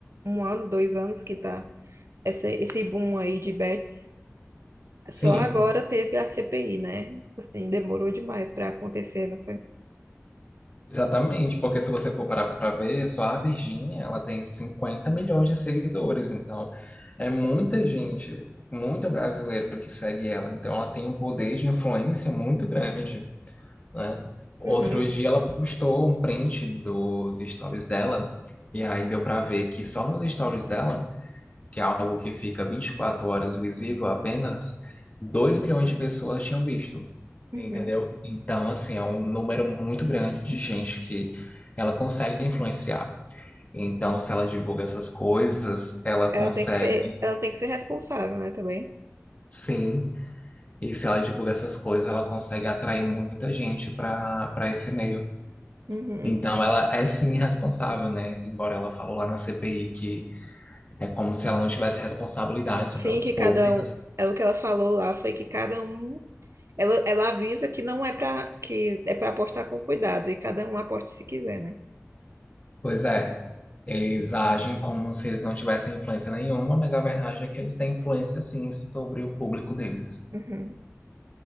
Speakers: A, on the right (about 65°); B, on the left (about 30°).
A: um ano, dois anos que tá essa, esse boom aí de bets,
B: Sim,
A: Só agora teve a CPI, né? Assim, demorou demais pra acontecer, não foi?
B: exatamente, porque se você for parar para ver, só a Virgínia, ela tem 50 milhões de seguidores, então é muita gente, muito brasileiro que segue ela, então ela tem um poder de influência muito grande, né? Outro
A: Uhum,
B: dia ela postou um print dos stories dela, e aí deu para ver que só nos stories dela que é algo que fica 24 horas visível apenas, 2 milhões de pessoas tinham visto,
A: uhum.
B: entendeu? Então, assim, é um número muito grande de gente que ela consegue influenciar. Então, se ela divulga essas coisas, ela
A: Ela
B: consegue,
A: tem que ser, ela tem que ser responsável, né, também.
B: sim, e se ela divulga essas coisas, ela consegue atrair muita gente para para esse meio.
A: Uhum.
B: Então, ela é sim responsável, né? Embora ela falou lá na CPI que é como se ela não tivesse responsabilidade
A: Sim,
B: sobre as
A: que
B: coisas.
A: cada um, é o que ela falou lá foi que cada um, ela, ela avisa que não é pra que é para apostar com cuidado e cada um aposta se quiser, né?
B: Pois é, Eles agem como se eles não tivessem influência nenhuma, mas a verdade é que eles têm influência sim sobre o público deles.
A: Uhum.